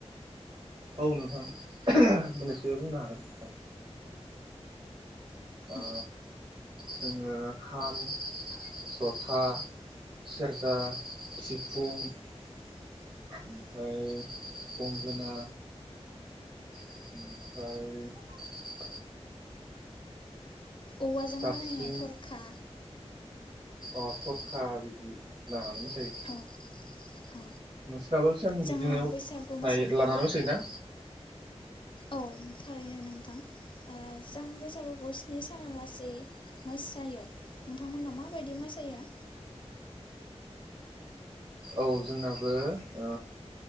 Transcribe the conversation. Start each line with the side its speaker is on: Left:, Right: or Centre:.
Right: औ नोंथां मोननैसो बुंनो हागोन नोंथां। ओ
Left: औ
Right: जोङो खाम ज'था सेरजा सिफुं ओमफ्राय गंगोना ओमफ्राय
Left: औवाजों
Right: जाबस्रिं
Left: बानायनाय थरखा
Right: अ थरखा बिदि लाना नै मोसायो।
Left: औ औ
Right: नोंसनाबो सिगां
Left: जोङो
Right: बिदिनो
Left: बैसागु मोसानायखौ
Right: लायो लानानै मोसायोना?
Left: औ थारैनो नोंथां ओ जों बैसागुखौ स्नि साना लासै मोसायो नोंथांमोनहा माबायदि मोसायो?
Right: औ जोंनाबो ओ